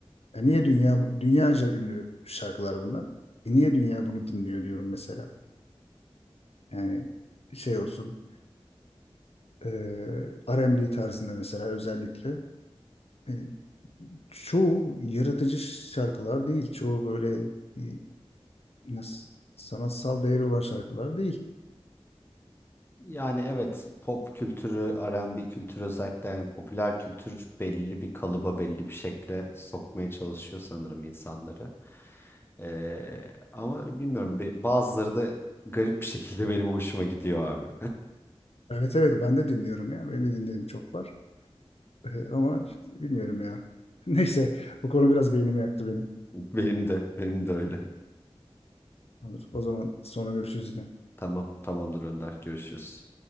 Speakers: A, on the left; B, on the left.
A: E niye dünya dünyaca ünlü şarkılar bunlar? E niye dünya bunu dinliyor diyorum mesela. Yani şey olsun e, R&B tarzında mesela özellikle e, çoğu yaratıcı şarkılar değil. Çoğu böyle e, Ne- sanatsal değeri olan şarkılar değil.
B: Yani evet pop kültürü, R&B kültürü özellikle yani popüler kültür belli bir kalıba, belli bir şekle sokmaya çalışıyor sanırım insanları. Ee, ama bilmiyorum be- bazıları da garip bir şekilde benim hoşuma gidiyor abi.
A: Evet evet ben de dinliyorum ya. Benim de dinlediğim çok var. Ee, ama işte bilmiyorum ya. <laughs> Neyse bu konu biraz beynimi yaktı benim.
B: <laughs> Benim de, benim de öyle.
A: Olur, o zaman sonra görüşürüz yine.
B: Tamam, tamamdır Önder. Görüşürüz.